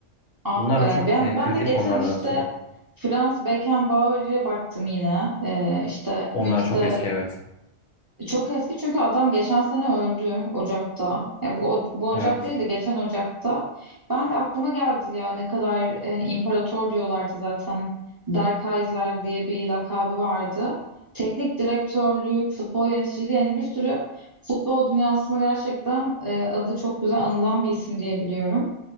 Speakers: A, on the right (about 25°); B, on the left (about 85°).
A: Ah
B: Bunlar
A: be.
B: da çok
A: Ben
B: e,
A: ben
B: kritik
A: de geçen
B: konulardır
A: işte
B: aslında.
A: Franz Beckenbauer'e baktım yine. Ee, işte
B: Onlar
A: Münih'te
B: çok eski evet.
A: Çok eski çünkü adam geçen sene öldü Ocak'ta. Ya bu o- bu Ocak
B: Evet.
A: değil de geçen Ocak'ta. Ben de aklıma geldi ya ne kadar hani imparator diyorlardı zaten. Der Kaiser diye bir lakabı vardı. Teknik direktörlük, futbol yöneticiliği yani bir sürü futbol dünyasında gerçekten e, adı çok güzel anılan bir isim diye biliyorum.